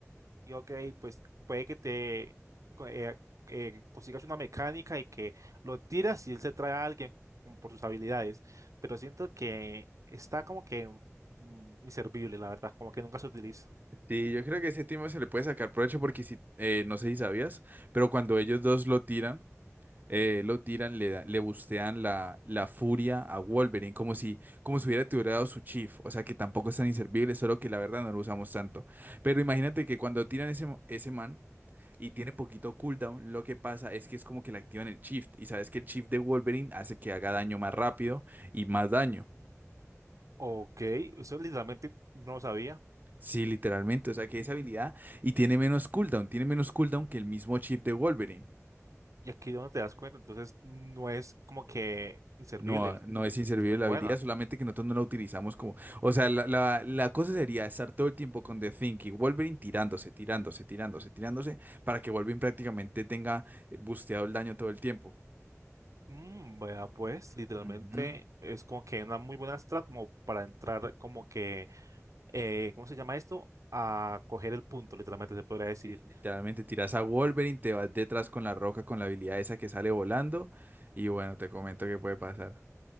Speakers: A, on the right; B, on the right.
A: Y ok, pues puede que te co- eh, eh, consigas una mecánica y que lo tiras y él se trae a alguien con- por sus habilidades, pero siento que está como que mm, inservible, la verdad, como que nunca se utiliza.
B: Sí, yo creo que ese timo se le puede sacar provecho porque si, eh, no sé si sabías, pero cuando ellos dos lo tiran, eh, lo tiran, le, da- le bustean la, la furia a Wolverine, como si, como si hubiera tirado su chief, o sea que tampoco es tan inservible, solo que la verdad no lo usamos tanto. Pero imagínate que cuando tiran ese, mo- ese man y tiene poquito cooldown, lo que pasa es que es como que le activan el shift, y sabes que el shift de Wolverine hace que haga daño más rápido y más daño.
A: Ok, eso literalmente no lo sabía
B: Sí, literalmente. O sea, que esa habilidad y tiene menos cooldown, tiene menos cooldown que el mismo chip de Wolverine.
A: y aquí es donde te das cuenta, entonces no es como que inservible,
B: No, no es inservible
A: es muy
B: la
A: buena.
B: habilidad, solamente que nosotros no la utilizamos como. O sea, la, la- la cosa sería estar todo el tiempo con The Think y Wolverine tirándose, tirándose, tirándose, tirándose, para que Wolverine prácticamente tenga eh, busteado el daño todo el tiempo.
A: Mm, vea, pues literalmente
B: Ujú.
A: es como que una muy buena strat como para entrar como que eh, ¿cómo se llama esto? A coger el punto, literalmente se podría decir.
B: Sí, literalmente tiras a Wolverine, te vas detrás con la roca, con la habilidad esa que sale volando, y bueno, te comento qué puede pasar.